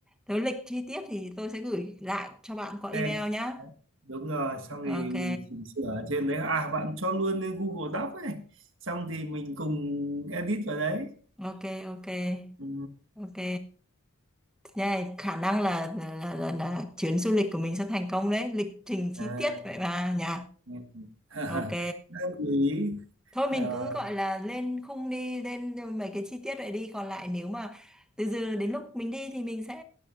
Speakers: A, in the centre; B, on the right.
A: Thế lịch chi tiết thì tôi sẽ gửi lại cho bạn qua email
B: Đấy,
A: nhá.
B: đúng rồi xong
A: Ok.
B: thì mình chỉnh sửa ở trên đấy à bạn cho luôn lên Google Doc ấy xong thì mình cùng edit vào đấy
A: ok ok
B: ừ.
A: ok nha khả năng là là, là là chuyến du lịch của mình sẽ thành công đấy lịch trình chi
B: à,
A: tiết vậy mà nhỉ
B: nghe- <laughs>
A: ok
B: Đang lưu ý
A: thôi mình
B: à,
A: cứ gọi là lên khung đi lên mấy cái chi tiết vậy đi còn lại nếu mà từ giờ đến lúc mình đi thì mình sẽ